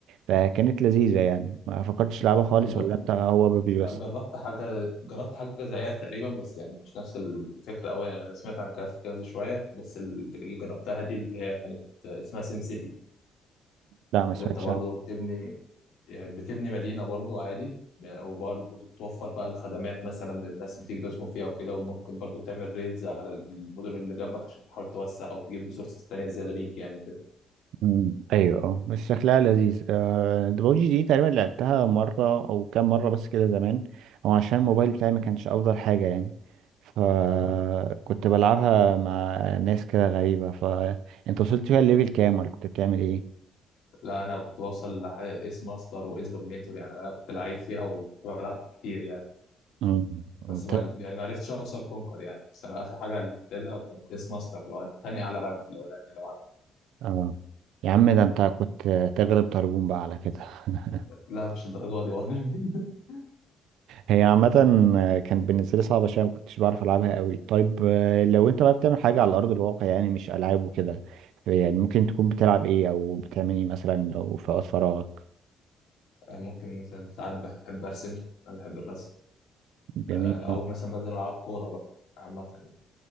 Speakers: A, on the right; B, on the left.
A: فكانت لذيذة يعني ما فكرتش لعبة خالص
B: جر...
A: ولا انت هو ببجي
B: لا
A: بس
B: جربت حاجه جربت حاجه زيها تقريبا بس يعني مش نفس الفكره قوي يعني انا سمعت عن كاش كنز شويه بس ال- اللي جربتها دي اللي هي كانت آه، اسمها سيم سيتي
A: لا ما
B: اللي
A: سمعتش
B: انت برضه بتبني يعني بتبني مدينه برضه عادي ب- وبرضه بتوفر بقى الخدمات مثلا للناس اللي بتيجي تسكن فيها وكده وممكن برضه تعمل ريدز على المدن اللي جنبك عشان تحاول توسع او تجيب ريسورسز تانية زياده ليك يعني وكده
A: مم. ايوه اه بس شكلها لذيذ آه، ببجي دي تقريبا لعبتها مره او كام مره بس كده زمان او عشان الموبايل بتاعي ما كانش افضل حاجه يعني فكنت
B: آه.
A: بلعبها مع ناس كده غريبه فانت وصلت فيها الليفل كام ولا كنت بتعمل ايه
B: لا انا كنت بوصل لح- ايس ماستر وايس دومينيتور يعني انا كنت لعيب فيها وكنت بلعب كتير يعني
A: مم.
B: بس
A: انت
B: ما يعني ما عرفتش اوصل كونكر يعني بس انا اخر حاجه لعبتها لها كانت ايس ماستر اللي هو تاني اعلى رانك لو يعني لو عارف.
A: اه يا عم ده انت كنت تغلب طربون بقى على كده <laughs>
B: لا مش الدرجه دي برضه <laughs>
A: هي عامة كانت بالنسبة لي صعبة شوية ما كنتش بعرف ألعبها قوي طيب آه، لو أنت بقى بتعمل حاجة على أرض الواقع يعني مش ألعاب وكده يعني ممكن تكون بتلعب إيه أو بتعمل إيه مثلا لو في وقت فراغك
B: ممكن مثلا ساعات بحب ارسم انا بحب الرسم
A: جميل
B: آه، او
A: أوي.
B: مثلا بنزل العب كوره بقى عامه يعني